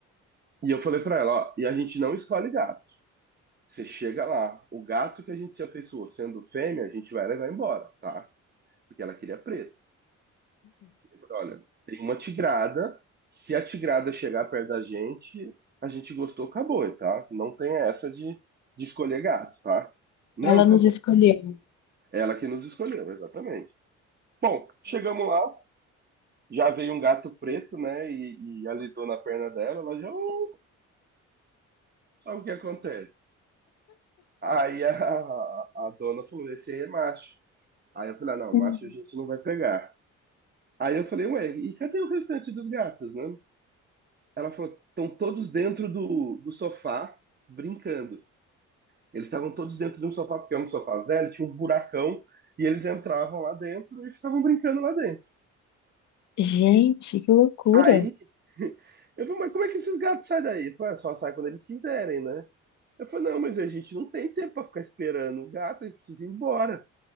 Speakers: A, on the right; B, on the left.
A: e eu falei pra ela, ó, e a gente não escolhe gato. Você chega lá, o gato que a gente se afeiçoou sendo fêmea, a gente vai levar embora, tá? Porque ela queria preto. Eu falei, olha, tem uma tigrada, se a tigrada chegar perto da gente, a gente gostou, acabou, tá? Não tem essa de, de escolher gato, tá? Não,
B: Ela
A: tá
B: nos
A: bom.
B: escolheu.
A: Ela que nos escolheu, exatamente. Bom, chegamos lá, já veio um gato preto, né? E, e alisou na perna dela, ela já, "Oh, sabe o que acontece? Aí a, a dona falou: esse aí é macho. Aí eu falei, ah, não,
B: Uhum.
A: macho a gente não vai pegar. Aí eu falei, ué, e cadê o restante dos gatos, né? Ela falou, estão todos dentro do, do sofá, brincando. Eles estavam todos dentro de um sofá, porque é um sofá velho, tinha um buracão, e eles entravam lá dentro e ficavam brincando lá dentro.
B: Gente, que loucura.
A: Aí <laughs> eu falei, mas como é que esses gatos saem daí? Ele falou, "É, só sai quando eles quiserem, né? Eu falei, não, mas a gente não tem tempo para ficar esperando o gato, a gente precisa ir embora.